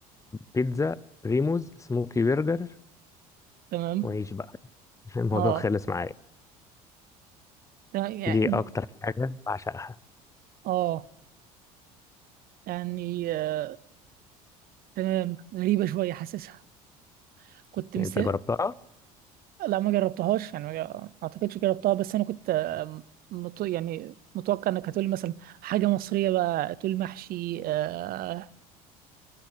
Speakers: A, on the left (about 15°); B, on the right (about 50°).
A: بيتزا بريموز سموكي برجر
B: تمام
A: وعيش بقى <laughs> الموضوع
B: اه
A: خلص معايا
B: تمام يعني
A: دي اكتر حاجه بعشقها
B: اه يعني آه. تمام غريبه شويه حاسسها كنت
A: يعني
B: مس...
A: انت جربتها
B: لا ما جربتهاش يعني ما اعتقدش جربتها بس انا كنت آه، مت... يعني متوقع انك هتقولي مثلا حاجه مصريه بقى تقول محشي آه